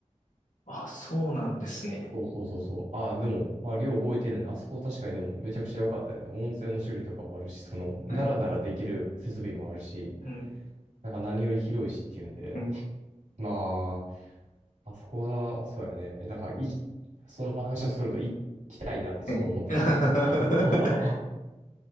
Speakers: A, on the left; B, on the right.
A: あ、そうなんですね。
B: そうそうそうそう。ああ、でも、あ、量覚えてるね。あそこ確かにでもめちゃくちゃ良かったね。温泉の種類とかもあるし、その、ダラダラできる設備もあるし、
A: はい。うん、
B: なんか何より広いしっていうんで。
A: うん、
B: まあ、あそこは、そうやね。なんか、い、その話をするとい行きたいなってちょっと思ってきたね。
A: はい。<laughs>
B: なんかあの